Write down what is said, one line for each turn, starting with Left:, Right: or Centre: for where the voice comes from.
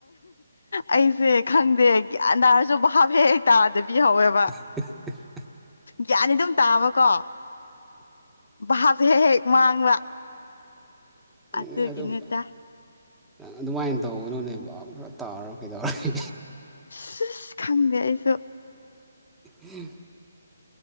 Left: ꯑꯩꯁꯦ ꯈꯪꯗꯦ ꯒ꯭ꯌꯥꯟ ꯇꯥꯔꯁꯨ ꯚꯥꯞ ꯍꯦꯛ ꯍꯦꯛ ꯇꯥꯗꯕꯤ ꯍꯧꯋꯦꯕ
Centre: <inaudible>
Left: ꯒ꯭ꯌꯥꯟꯗꯤ ꯑꯗꯨꯝ ꯇꯥꯕꯀꯣ ꯚꯥꯕ ꯍꯦꯛ ꯍꯦꯛ ꯃꯥꯡꯕ ꯑꯗꯨꯒꯤꯅꯦꯗ
Centre: ꯑꯦ ꯑꯗꯨꯝ ꯑꯗꯨꯃꯥꯏꯅ ꯇꯧꯒꯅꯨꯅꯦ ꯚꯥꯕ ꯈꯔ ꯇꯥꯔꯣ ꯀꯩꯗꯧꯔꯒꯦ
Left: ꯑꯁꯤꯁ ꯈꯪꯗꯦ ꯑꯩꯁꯨ
Centre: ꯎꯝ